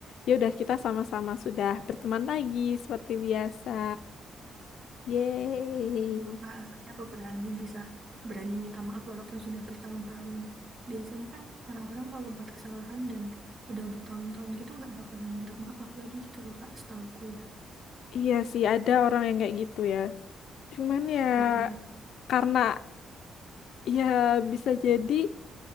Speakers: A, on the left; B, on the right.
A: ya udah kita sama-sama sudah berteman lagi seperti biasa yeay
B: Aduh, Kak, kakaknya apa berani bisa berani minta maaf walaupun sudah bertahun-tahun. Biasanya kan orang-orang kalau buat kesalahan dan udah bertahun-tahun gitu nggak bakalan minta maaf lagi gitu loh Kak, setauku ya.
A: Iya sih, ada orang yang kayak gitu ya. Cuman ya
B: Mm-mm.
A: karena ya bisa jadi